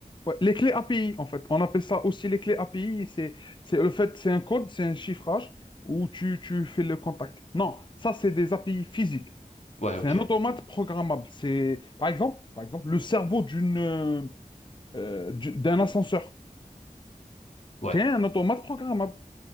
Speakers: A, on the left (about 30°); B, on the left (about 45°).
A: Ouais, les clés API, en fait. On appelle ça aussi les clés API. C'est, c'est le fait, c'est un code, c'est un chiffrage où tu, tu fais le contact. Non, ça, c'est des API physiques.
B: Ouais,
A: C'est
B: ok.
A: un automate programmable. C'est, par exemple, par exemple, le cerveau d'une, euh, du- d'un ascenseur.
B: Ouais.
A: C'est un automate programmable.